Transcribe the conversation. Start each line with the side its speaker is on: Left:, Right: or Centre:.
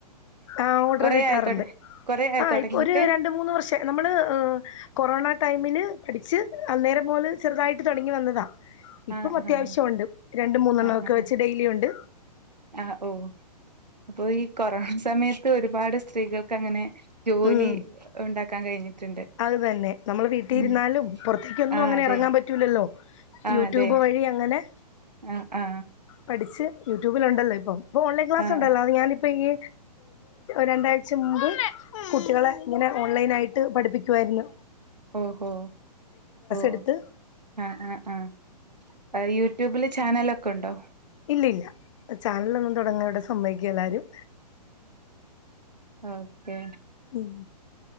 Left: ആ ഓർഡർ
Right: കൊറേ
Left: കിട്ടാറുണ്ട്
Right: ആയോ തൊട കൊറേ ആയോ
Left: ആ
Right: തൊടങ്ങീട്ട്
Left: ഇപ്പൊ ഒരു രണ്ട മൂന്ന് വർഷം നമ്മള് കൊറോണ ടൈമില് പഠിച്ച് അന്നേരം മുല്ല് ചെറുതായി്ട്ട് തുടങ്ങി വന്നതാ ഇപ്പം
Right: ആഹ്
Left: അത്യാവശ്യ
Right: ആഹ്
Left: ഉണ്ട് രണ്ട് മൂന്നെണ്ണം
Right: ആഹ്
Left: ഒക്കെ
Right: ആഹ്
Left: വെച്ച് ഡെയിലി ഉണ്ട്
Right: ആഹ് ഓഹ് അപ്പൊ ഈ കൊറോണ സമയത്ത് ഒരുപാട് സ്ത്രീകൾക്ക് അങ്ങനെ ജോലി
Left: ഉം
Right: ഉണ്ടാക്കാൻ കഴിഞ്ഞിട്ടുണ്ട്
Left: അത് തന്നെ നമ്മൾ വീട്ടിൽ
Right: ഉം
Left: ഇരുന്നാലും പുറത്തേക്കൊന്നും
Right: ആഹ്
Left: അങ്ങനെ
Right: അതെ
Left: ഇറങ്ങാൻ പറ്റൂലല്ലോ
Right: ആഹ്
Left: യൂട്യൂബ്
Right: അതെ
Left: വഴി അങ്ങനെ ഏ
Right: ആഹ് ആ
Left: പഠിച്ച് യൂട്യൂബിലൊണ്ടല്ലോ ഇപ്പം ഇപ്പം ഓൺലൈൻ ക്ലസ്ണ്ടല്ലോ
Right: ആഹ്
Left: അത് ഞാനിപ്പം ഈ രണ്ടാഴ്ച മുമ്പ് കുട്ടികളെ ഇങ്ങനെ ഓൺലൈൻ ആയിട്ട് പഠിപ്പിക്ക പൂവായിരുന്നു
Right: ഓഹോ ഓ
Left: എടുത്ത്
Right: ആഹ ആ ആഹ് അ യൂട്യൂബില് ചാനലൊക്കെ ഒണ്ടോ
Left: ഇല്ലില്ല ചാനലൊന്നും തൊടങ്ങാ ഇവിടെ സമ്മതിക്കേല്ലാരും
Right: ഓക്കെ
Left: ഉം